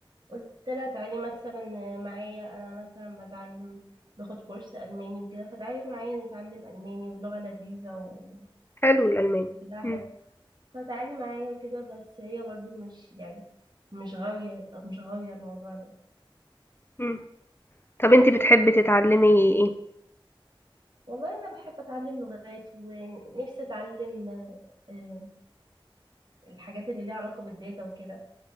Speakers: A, on the right; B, on the left.
A: قلت لها تعالي مثلا معايا انا مثلا بتعلم باخد كورس الماني وكده فتعالي معايا نتعلم الماني ولغة لذيذة و
B: حلو الألماني
A: كلها حلو
B: مم.
A: فتعالي معايا وكده بس هي برضو مش يعني مش غاوية مش غاوية الموضوع ده
B: مم. طب أنت بتحبي تتعلمي إيه؟
A: والله انا بحب اتعلم لغات ونفسي اتعلم آه، آه، الحاجات اللي ليها علاقة بالداتا وكده